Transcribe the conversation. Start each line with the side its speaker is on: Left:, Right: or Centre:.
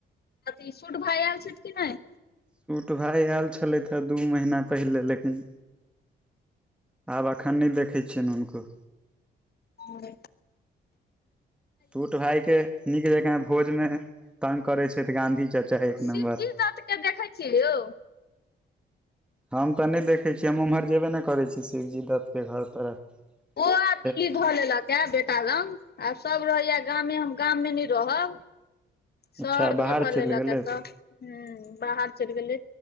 Left: अथि सूट भाई आयल छथि कि नहि
Centre: सूट भाइ आयल छलथि हँ दू महिना पहिले लेकिन आब एखन नहि देखैत छियनि हुनको
Left: आर
Centre: पुट भााय के नीक जका भोजमे तंग करै छै तऽ गांधी चाचा एक
Left: शिवजी
Centre: नमबर
Left: दत्त के देखै छियै यौ
Centre: हम तऽ नहि देखै छियै हम ओम्हर जेबे नहि करै छी शिवजी दत्तके घर तरफ
Left: ओ आब दिल्ली धऽ लेलक आ बेटा रंग आ सब रहैया गामे हम गाम मे नहि रहब शहर
Centre: अच्छा
Left: धअ
Centre: बाहर
Left: धअ लेलक
Centre: चलि गेलथि
Left: या सभ हूं बाहर चलि गेलै